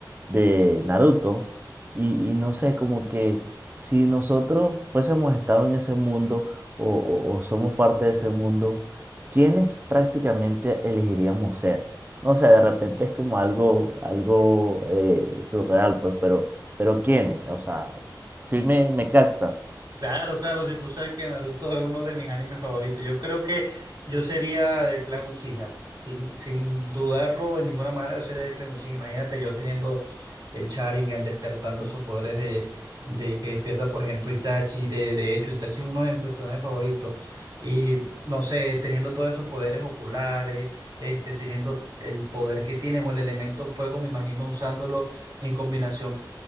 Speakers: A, on the right; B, on the right.
A: de Naruto y, y no sé, como que si nosotros fuésemos estado en ese mundo o o- o somos parte de ese mundo, ¿quiénes prácticamente elegiríamos ser? no sé, de repente es como algo, algo eh, surreal, pues, pero, pero ¿quiénes? O sea, sí me, me captas.
B: Claro, claro, si tú sabes que Naruto es uno de mis animes favoritos, yo creo que yo sería del clan Uchiha, sin, sin dudarlo de ninguna manera, yo sería del clan Uchiha. Imagínate yo teniendo el Sharingan, despertando sus poderes de, de que despierta, por ejemplo, Itachi, de, de hecho, Itachi es uno de mis personajes favoritos, y no sé, teniendo todos esos poderes oculares, este, teniendo el poder que tienen o el elemento fuego, me imagino usándolo en combinación